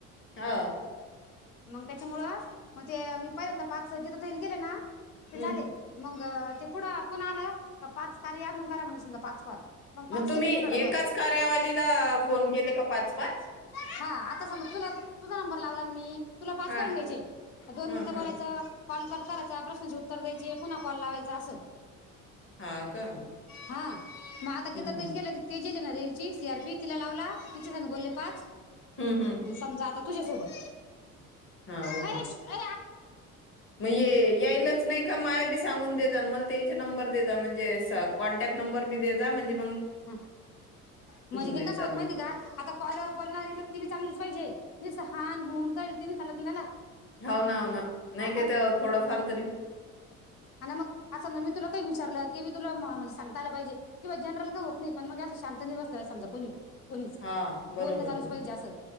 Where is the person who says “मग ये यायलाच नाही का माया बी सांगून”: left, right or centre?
Left